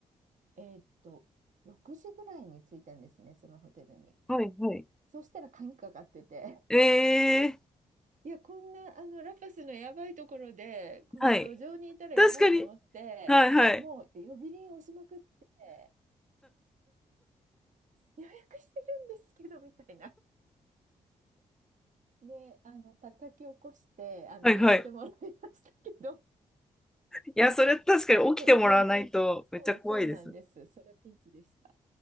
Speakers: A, on the right; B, in the centre.
A: えーっと、6時ぐらいに着いたんですね、そのホテルに。
B: はい。はい。
A: そうしたら鍵かかってて、<laughs>
B: えー。
A: いや、こんな、あの、ラパスのやばいところで、こんな路上にいたらやばいと思って、
B: はい。確かに。はいはい。
A: もう呼び鈴押しまくって、予約してるんですけど、みたいな。で、あの、叩き起こして、あの、
B: はいはい。
A: 開けてもらいましたけど、
B: いや、それ確かに起きてもらわないとめっちゃ怖いです。
A: ちょっと、うん、そう、そうなんです。それはピンチでした。